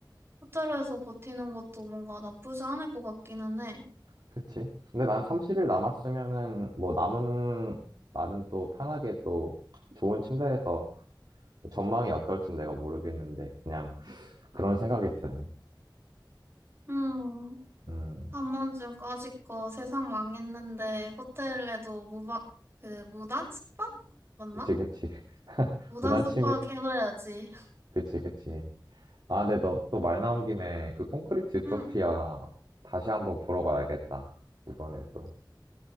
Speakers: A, on the right; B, on the right.
A: 호텔에서 버티는 것도 뭔가 나쁘지 않을 것 같기는 해.
B: 그치. 근데 난 30일 남았으면은 뭐 남은 날은 또 편하게 또 좋은 침대에서 뭐 전망이 어떨진 내가 모르겠는데 그냥 그런 생각이 드네.
A: 음,
B: 음,
A: 한 번쯤 까짓거 세상 망했는데 호텔에도 무박, 그, 무단 숙박? 맞나?
B: 그치, 그치. <laughs>
A: 무단
B: 무단
A: 숙박
B: 침입?
A: 해봐야지.
B: 그치, 그치. 아, 근데 너 또 말 나온 김에 그 콘크리트 유토피아
A: 음,
B: 다시 한번 보러 가야겠다. 이번에 또.